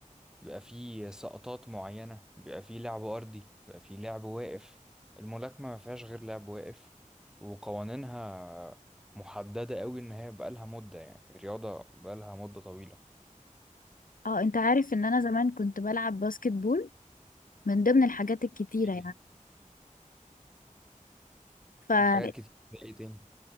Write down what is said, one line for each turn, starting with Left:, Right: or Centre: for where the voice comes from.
Centre: بيبقى فيه سقطات معينه بيبقى فيه لعب ارضي بيبقى فيه لعب واقف الملاكمه ما فيهاش غير لعب واقف وقوانينها محدده قوي ان هي بقالها مده يعني رياضه بقالها مده طويله
Left: اه انت عارف ان انا زمان كنت بلعب باسكت بول من ضمن الحاجات الكتيرة
Centre: إيه،
Left: يعني
Centre: حاجات كتير ايه تاني